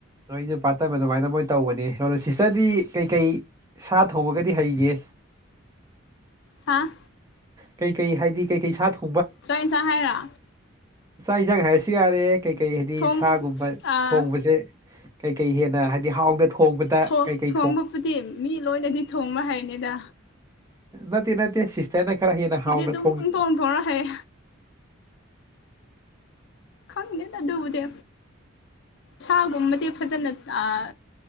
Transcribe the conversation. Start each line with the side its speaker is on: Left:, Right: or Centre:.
Right: ꯅꯣꯏꯖꯨ ꯄꯥꯠ ꯇꯥꯏꯝ ꯑꯗꯨꯃꯥꯏꯅ ꯃꯣꯏ ꯇꯧꯕꯅꯤ ꯑꯗꯣ ꯁꯤꯁꯇꯔꯗꯤ ꯀꯩꯀꯩ ꯁꯥ ꯊꯣꯡꯕꯒꯗꯤ ꯍꯩꯒꯦ
Left: ꯍꯥꯥ
Right: ꯀꯩ ꯀꯩ ꯍꯥꯏꯗꯤ ꯀꯩ ꯀꯩ ꯁꯥ ꯊꯣ
Left: ꯆꯥꯛ ꯏꯟꯁꯥꯡ ꯍꯥꯏꯔ
Right: ꯆꯥꯛ ꯏꯟꯖꯥꯡ ꯍꯥꯏꯔꯁꯨ ꯌꯥꯔꯦ ꯀꯩ ꯀꯩ ꯍꯥꯏꯗꯤ
Left: ꯊꯣꯡ
Right: ꯁꯥꯒꯨꯝꯕ
Left: ꯑꯥ
Right: ꯊꯣꯡꯕꯁꯦ ꯀꯩ ꯀꯩ ꯍꯦꯟꯅ ꯍꯥꯏꯗꯤ ꯍꯥꯎꯅ ꯊꯣꯡ ꯊꯣꯡꯕꯗ
Left: ꯊꯣꯡ
Right: ꯀꯩꯀꯩ
Left: ꯊꯣꯡꯕꯕꯨꯗꯤ ꯃꯤ ꯂꯣꯏꯅꯗꯤ ꯊꯣꯡꯕ ꯍꯥꯏꯅꯤꯗ
Right: ꯅꯠꯇꯦ ꯅꯠꯇꯦ ꯁꯤꯁꯇꯔꯅ ꯈꯔ ꯍꯦꯟꯅ ꯍꯥꯎꯅ
Left: ꯑꯗꯨꯝ
Right: ꯊꯣꯡꯖ
Left: ꯄꯪꯊꯣꯡ ꯊꯣꯡꯔ ꯍꯩ ꯈꯪꯗꯦꯗ ꯑꯗꯨꯕꯨꯗꯤ ꯁꯥꯒꯨꯝꯕꯗꯤ ꯐꯖꯅ ꯑꯥ